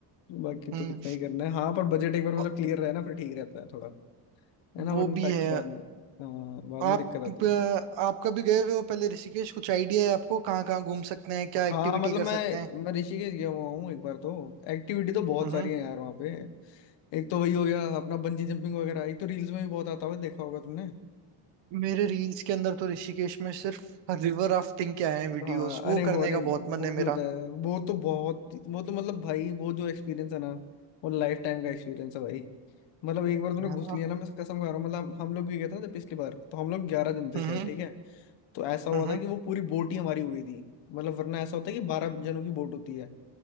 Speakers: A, on the left (about 90°); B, on the right (about 80°).
A: बाकी
B: हम्म
A: तो कितना ही करना है हाँ पर बजट एक बार मतलब
B: अ-
A: क्लियर रहे ना फिर ठीक रहता है थोड़ा है ना
B: वो
A: वरना
B: भी
A: ताकि
B: है
A: बाद में हाँ बाद
B: आप
A: में दिक्कत आती
B: अ,
A: है
B: आप कभी गए हुए हो पहले ऋषिकेश कुछ आइडिया है आपको कहाँ कहाँ घूम सकते हैं क्या
A: हाँ
B: एक्टिविटी
A: मतलब
B: कर
A: मैं
B: सकते हैं
A: मैं ऋषिकेश गया हुआ हूँ एक बार तो एक्टिविटी तो बहुत
B: हम्म
A: सारी है यार वहाँ पे एक तो वही हो गया अपना बंजी जंपिंग वगैरह एक तो रील्स में भी बहुत आता हुआ देखा होगा तुमने
B: मेरे रील्स के अंदर तो ऋषिकेश में सिर्फ रिवर राफ्टिंग के आए हैं वीडियोस
A: हाँ
B: वो
A: अरे
B: करने
A: वॉरेन
B: का बहुत मन
A: वो
B: है
A: भी
B: मेरा
A: होता है वो तो बहुत वो तो मतलब भाई वो जो एक्सपीरियंस है ना वो लाइफ टाइम का एक्सपीरियंस है भाई मतलब एक बार तूने
B: है
A: घुस
B: ना
A: लिया ना मैं कसम खा रहा हूँ मतलब हम लोग भी गए थे ना जब पिछली बार तो हम लोग ग्यारह जन थे
B: हम्म
A: शायद ठीक है तो ऐसा हुआ
B: हम्म
A: था कि वो पूरी बोट ही हमारी हो गई थी मतलब वरना ऐसा होता है कि बारह जनों की बोट होती है